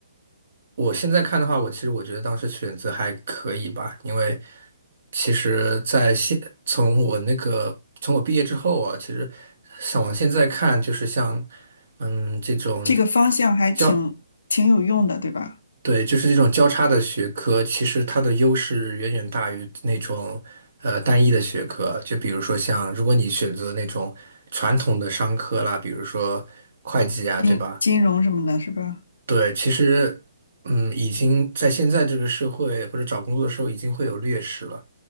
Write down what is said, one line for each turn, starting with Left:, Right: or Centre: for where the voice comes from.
Right: 我现在看的话，我其实我觉得当时选择还可以吧，因为其实在现从我那个从我毕业之后啊，其实想往现在看，就是像嗯这种
Left: 这个方向还挺挺有用的，
Right: 交
Left: 对吧？
Right: 对，就是这种交叉的学科，其实它的优势远远大于那种呃单一的学科。就比如说像如果你选择那种传统的商科啦，比如说会计啊，
Left: 金金融什么的，
Right: 对吧？
Left: 是吧？
Right: 对，其实，嗯，已经在现在这个社会或者找工作的时候，已经会有劣势了。